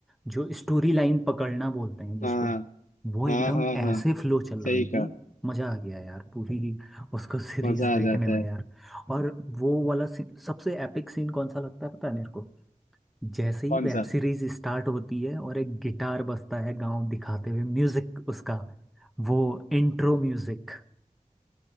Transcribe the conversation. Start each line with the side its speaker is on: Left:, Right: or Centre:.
Centre: जो स्टोरी लाइन पकड़ना बोलते हैं जिसको
Left: हाँ
Centre: वो
Left: हाँ
Centre: एकदम
Left: हाँ
Centre: ऐसे
Left: हाँ
Centre: फ्लो चल
Left: सही
Centre: रही थी
Left: कहा
Centre: मजा आ गया यार पूरी उसको <laughs> सीरीज
Left: मजा
Centre: देखने
Left: आ जाता
Centre: में
Left: है
Centre: यार और वो वाला सी- सबसे एपिक सीन कौन सा लगता है पता है मेरे को जैसे ही
Left: कौन
Centre: वेब
Left: सा
Centre: सीरीज स्टार्ट होती है और एक गिटार बजता है गांव दिखाते हुए म्यूजिक उसका वो इंट्रो म्यूजिक